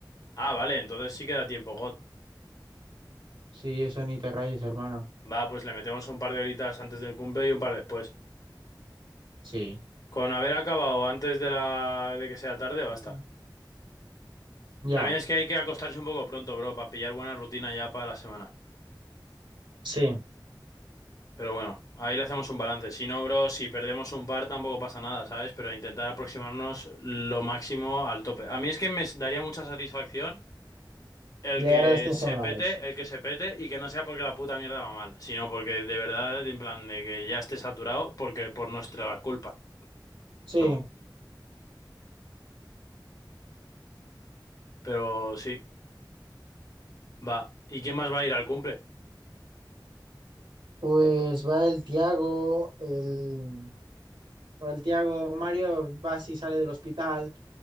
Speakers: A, on the left; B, on the right.
A: Ah, vale, entonces sí queda tiempo, God.
B: Sí, eso ni te rayes, hermano.
A: Va, pues le metemos un par de horitas antes del cumple y un par después.
B: Sí.
A: Con haber acabado antes de la de que sea tarde, basta.
B: Mm. Ya.
A: También es que hay que acostarse un poco pronto, bro, para pillar buena rutina ya para la semana.
B: Sí.
A: Pero bueno, ahí le hacemos un balance. Si no, bro, si perdemos un par tampoco pasa nada, ¿sabes? Pero intentar aproximarnos lo máximo al tope. A mí es que me daría mucha satisfacción el
B: Llegar
A: que
B: a las 100
A: se
B: semanales.
A: pete, el que se pete y que no sea porque la puta mierda va mal, sino porque de verdad, en plan de que ya esté saturado, porque por nuestra culpa.
B: Sí.
A: Broma. Pero sí, va. ¿Y quién más va a ir al cumple?
B: Pues va el Tiago, el... Va el Tiago, Mario va si sale del hospital.